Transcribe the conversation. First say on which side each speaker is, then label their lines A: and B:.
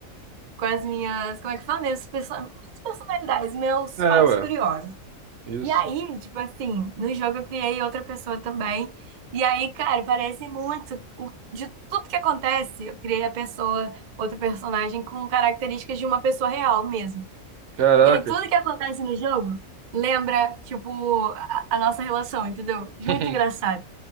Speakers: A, on the right (about 50°); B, on the right (about 65°).
A: com as minhas, como é que fala mesmo? Perso- minhas personalidades, meus
B: É,
A: fatos
B: ué.
A: curiosos.
B: Isso.
A: E aí, tipo assim, no jogo eu criei outra pessoa também. E aí, cara, parece muito, o- de tudo que acontece, eu criei a pessoa, outro personagem com características de uma pessoa real mesmo.
B: Caraca.
A: E aí tudo que acontece no jogo lembra, tipo, a, a nossa relação, entendeu? Muito
B: <laughs>
A: engraçado.